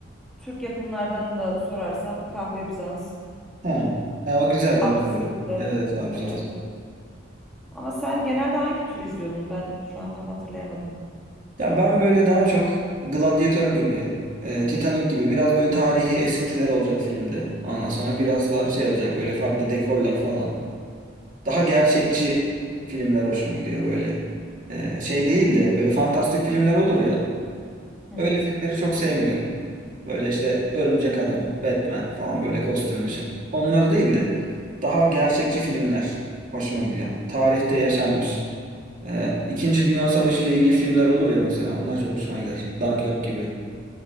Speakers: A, in the centre; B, on the right.
A: Türk yapımlardan da sorarsan Kahpe Bizans,
B: Ha. Ha, o güzeldi
A: Absürt
B: on tabii.
A: de.
B: Evet absürt.
A: Evet. Ama sen genelde hangi tür izliyordun? Ben şu an tam hatırlayamadım.
B: Ya ben böyle daha çok Gladiator gibi, e, Titanic gibi biraz böyle tarihi esintiler olacak filmde. Ondan sonra biraz da şey olacak böyle farklı dekorlar falan. Daha gerçekçi filmler hoşuma gidiyor böyle. Ee, şey değil de böyle fantastik filmler olur ya.
A: Hı
B: Öyle
A: hı.
B: filmleri çok sevmiyorum. Böyle işte Örümcek Adam, Batman falan böyle kostümlü şey. Onları değil de daha gerçekçi filmler hoşuma gidiyor. Tarihte yaşanmış. Ee, İkinci Dünya Savaşı ile ilgili filmler olur ya mesela. Onlar çok hoşuma gider. Dunkirk
A: Evet.
B: gibi.